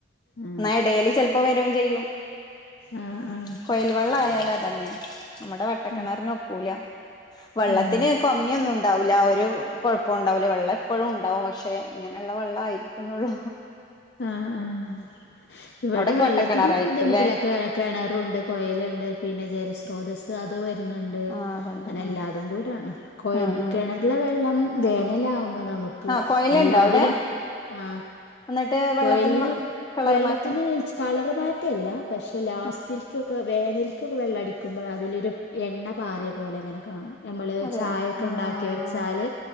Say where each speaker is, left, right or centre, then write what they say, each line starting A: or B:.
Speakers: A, on the left (about 60°); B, on the left (about 20°).
A: ആ
B: എന്നാ ഡെയിലി ചിലപ്പോൾ വരുകയും ചെയ്യും
A: ആ ആ
B: കുഴല് ലാ തന്നെ നമ്മടെ വട്ട
A: ഉം
B: കിണറിന് ഒക്കുല്ല വള്ളത്തിന്ന്
A: ആ
B: <unintelligible> വില്ല ഒരുകുഴപ്പവും ഉണ്ടാവില്ല വെള്ളം എപ്പോളും ഉണ്ടാവും പക്ഷെ ഇങ്ങനെ ഉള്ള വെള്ളം ആയിരിക്കുന്നെ ഉള്ളു
A: ആ ആഹ് ഇവിടെ
B: അവിടൊക്കെ
A: വെള്ളത്തിന്ന്
B: വട്ടക്കിണറായിരിക്കും
A: ബുദ്ധിമുട്ടൊന്നും
B: അല്ലേ
A: ഇല്ല കിണറുണ്ട് കുഴലുണ്ട് പിന്നെ ജല സ്രോതസ് അത് വഴി ന്നുണ്ട്
B: ആഹ് അതുണ്ട്
A: അങ്ങനെ
B: ആഹ്
A: എല്ലാം കൂടി ആണ് കുഴ
B: ഉം ഉം
A: കിണറിലെ വെള്ളം <unintelligible> അപ്പൊ നമ്മക്
B: ആഹ് കൊയലുണ്ടോ
A: എല്ലാത്തിലും
B: അവിടെ
A: ആ
B: എന്നിട്ട് വെള്ളത്തിന്
A: കുഴല്
B: മ കളർ
A: വെള്ളത്തിന്ന്
B: മാറ്റം
A: കളറ് മാറ്റം ഇല്ല പക്ഷെ ലാസ്റ്റ്
B: ഉം
A: <unintelligible> ഒക്കെ വെള്ളടിക്കുമ്പോൾ അതിൽ ഒരു എണ്ണ പാറിയ പോലെ ഇങ്ങനെ കാണും നമ്മള്
B: അതെ
A: ചായ ഒക്കെ ഉണ്ടാക്കി
B: ആഹ്
A: വെച്ചാല്